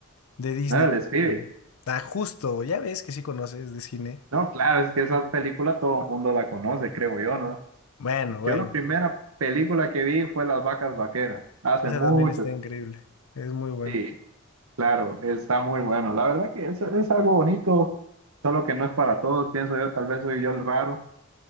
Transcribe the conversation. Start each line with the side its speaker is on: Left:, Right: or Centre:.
Left: de Disney.
Right: no era el espíritu.
Left: Ah, justo, ya ves que sí conoces de cine.
Right: No, claro, es que esa película todo el mundo la conoce, creo yo, ¿no?
Left: Bueno, bueno,
Right: Yo la primera película que vi fue Las vacas vaqueras, hace
Left: esa
Right: mucho.
Left: también está increíble, es muy buena.
Right: Sí, claro, está muy bueno. La verdad que es, es algo bonito, solo que no es para todos, pienso yo, tal vez soy yo el raro,